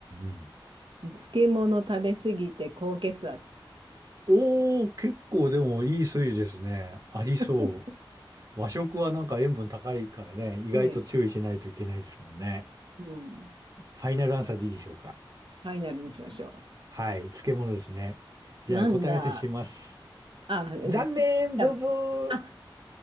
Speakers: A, on the right; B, on the right.
A: ん。
B: 漬物食べすぎて高血圧。
A: おー、結構でもいい推理ですね。ありそ
B: <laughs>
A: う。和食はなんか塩分高いからね、意外と注意しないといけないですもんね。
B: ねえ、うん。
A: ファイナルアンサーでいいでしょうか。
B: ファイナルにしましょ
A: はい、漬物ですね。じゃあ答え合わせします。
B: う。なんだ。あ、うん。
A: 残念、ブブー。
B: あ、